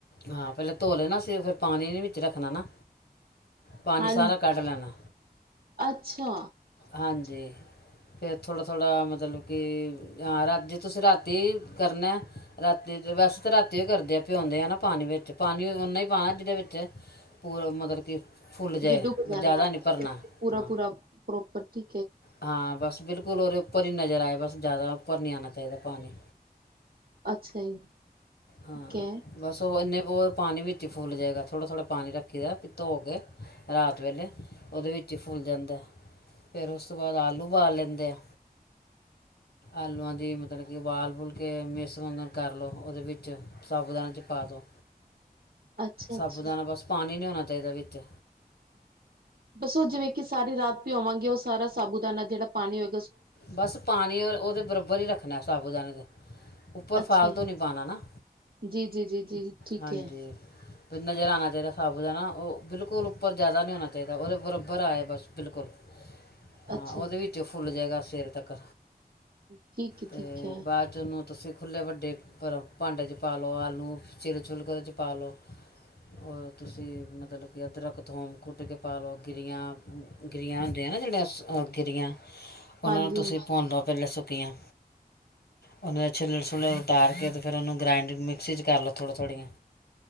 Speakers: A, on the left; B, on the right.
A: ਹਾਂ ਪਹਿਲੇ ਧੋ ਲੈਨਾ ਸੀਂ। ਫਿਰ ਪਾਣੀ ਵਿੱਚ ਰੱਖਣਾ ਨਾ। ਪਾਣੀ
B: ਹਾਂ
A: ਸਾਰਾ ਕੱਢ ਲੈਣਾ।
B: ਅੱਛਾ
A: ਹਾਂਜੀ। ਫੇਰ ਥੋੜਾ-ਥੋੜਾ, ਮਤਲਬ ਕਿ ਹਾਂ। ਰਾਤਿ ਤੁਸੀਂ ਰਾਤੀ ਕਰਨਾ, ਰਾਤੀ। ਵੈਸੇ ਤਾਂ ਰਾਤੀ ਹੀ ਕਰਦੇ ਆ, ਪਿਉਂਦੇ ਹੈ ਨਾ ਪਾਣੀ ਵਿੱਚ ਪਾਣੀ, ਉਨਾ ਹੀ ਪਾਣਾ ਜਿਹਦੇ ਵਿੱਚ ਪੂਰਾ ਮਤਲਵ ਕਿ ਫੁੱਲ ਜਾਏ
B: ਵਿ ਡੂਬ
A: ਬ-
B: ਜਾਨ
A: ਜ਼ਿਆਦਾ
B: ਨਾ
A: ਨਹੀਂ ਭਰਨਾ
B: ਪੂਰਾ-ਪੂਰਾ
A: ਹਾਂ
B: ਪ੍ਰੋਪਰ ਕਿ
A: ਹਾਂ। ਬੱਸ ਵਿਲ ਕੂਲ ਔਧੇ ਉੱਪਰ ਹੀ ਨਜ਼ਰ ਆਏ। ਬਸ ਜਾਦਾ ਉਪਰ ਨਹੀਂ ਆਣਾ ਚਾਹੀਦਾ ਪਾਨੀ
B: ਅੱਛਾ ਈ
A: ਹਾਂ
B: ਕੇ
A: ਬਸ ਉਹ ਇੰਨੇ ਉਹ ਪਾਣੀ ਵਿੱਚ ਹੀ ਫੁੱਲ ਜਾਏਗਾ। ਥੋੜਾ-ਥੋੜਾ ਪਾਣੀ ਰੱਖੀ ਦਾ, ਫਿਰ ਧੋ ਕੇ ਰਾਤ ਵੇਲੇ ਔਧੇ ਵਿੱਚ ਹੀ ਫੁੱਲ ਜਾਂਦਾ। ਫਿਰ ਉਸ ਉਸ ਤੋਂ ਬਾਅਦ, ਆਲੂ ਬਾਲ ਲੈਂਦੇ ਆ। ਆਲੂਆਂ ਦੀ ਮਤਲਬ ਕਿ ਵਾਲ ਬੁਲ ਕੇ ਮੇਸ ਨਾ ਕਰ ਲਉ। ਉਹਦੇ ਵਿੱਚ, ਸਾਬੂ ਦਾਣੇ 'ਚ ਪਾ ਦੋ
B: ਅੱਛਾ
A: ਸਾਬੁ
B: ਅੱਛਾ
A: ਦਾਣਾ ਬਸ ਪਾਣੀ ਨੀ ਔਨਾ ਚਾਹੀਦਾ ਵਿੱਚ
B: ਬਸ ਉਹ ਜਿਵੇਂ ਕਿ ਸਾਰੀ ਰਾਤ ਭਿਓਵਾਂਗੇ ਉਹ ਸਾਰਾ ਸਾਬੂ ਦਾਣਾ ਜਿੜਾ ਪਾਣੀ ਹੋਏ
A: ਬਸ ਪਾਣੀ ਉਹਦੇ ਬਰਾਬਰ ਹੀ ਰੱਖਣਾ ਸਾਬੂ ਦਾਣੇ ਦੇ, ਉੱਪਰ
B: ਅੱਛਾ
A: ਫਾਲਤੂ ਨੀ ਪਾਉਣਾ ਨਾ
B: ਜੀ, ਜੀ ਜੀ ਜੀ ਜੀ ਠੀਕ
A: ਹਾਂਜੀ।
B: ਹੈ
A: ਨਜ਼ਰ ਆਣਾ ਚਾਹੀਦਾ ਸਾਬੂ ਦਾਣਾ, ਉਹ ਬਿਲਕੁਲ ਉੱਪਰ ਜ਼ਿਆਦਾ ਨਹੀਂ ਹੋਣਾ ਚਾਹੀਦਾ। ਉਹਦੇ ਬਰਾਬਰ ਆਏ ਬਸ ਬਿਲਕੁਲ ਹਾਂ,
B: ਅੱਛਾ
A: ਉਹਦੇ
B: ਜੀ।
A: ਵਿੱਚੋਂ ਫੁੱਲ ਜਾਏਗਾ। ਫਿਰ ਤੱਕ
B: ਠੀਕ,
A: ਤੇ
B: ਠੀਕ ਹੈ।
A: ਬਾਅਦ 'ਚ ਉਹਨੂੰ ਤੁਸੀਂ ਖੁੱਲੇ ਵੱਡੇ ਪਰ ਭਾਂਡੇ 'ਚ ਪਾ ਲਓ ਆਲੂ ਚਿਰ ਸ਼ਿਲਸ਼ੁਲ ਕਰ ਉਹਦੇ ' ਪਾ ਲਓ। ਹੋਰ ਤੁਸੀਂ ਮਤਲਬ ਕਿ ਅਦਰਕ ਥੋਮ ਕੁੱਟ ਕੇ ਪਾ ਲਓ। ਗਿਰੀਆਂ, ਗਿਰੀਆਂ ਹੁੰਦੀਆਂ ਨਾ ਜਿਹੜੀਆਂ ਗਿਰੀਆਂ ਉਹਨਾ
B: ਹਾਂਜੀ
A: ਨੂੰ ਤੁਸੀਂ ਭੁਣ ਪਹਿਲਾਂ ਸੁੱਕ ਕੀਆ ਉਹਨਾਂ ਦੇ, ਛਿੱਲੜ -ਛੂਲੜ ਉਤਾਰ ਕੇ ਫਿਰ ਉਹਨੂੰ ਗ੍ਰਾਇੰਡ ਮਿਕਸੀ 'ਚ ਕਰ ਲਓ। ਥੋੜ੍ਹ -ਥੋੜ੍ਹੀਆਂ।